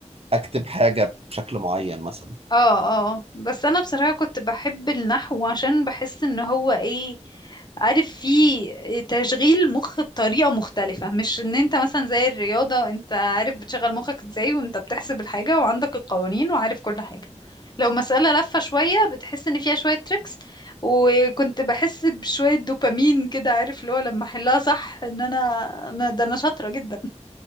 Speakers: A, on the right; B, on the left.
A: أكتب حاجة بشكل معين مثلا
B: اه اه بس انا بصراحة كنت بحب النحو عشان بحس ان هو ايه عارف فيه تشغيل مخ بطريقة مختلفة مش ان انت مثلا زي الرياضة انت عارف بتشغل مخك ازاي وانت بتحسب الحاجة وعندك القوانين وعارف كل حاجة لو مسألة لفة شوية بتحس ان فيها شوية تريكس وكنت بحس بشوية دوبامين كده عارف اللي هو لما احلها صح ان انا انا ده انا شاطرة جدا